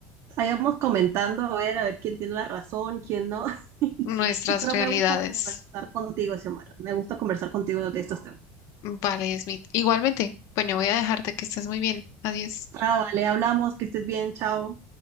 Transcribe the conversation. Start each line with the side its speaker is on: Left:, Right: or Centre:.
Right: vayamos comentando a ver, a ver quién tiene la razón, quién no. <laughs>
Left: nuestras
Right: Pero
Left: realidades.
Right: me gusta conversar contigo, Xiomara. Me gusta conversar contigo de estos temas.
Left: Vale, Smith. Igualmente, bueno, voy a dejarte que estés muy bien. Adiós.
Right: Ah, vale, hablamos, que estés bien, chao.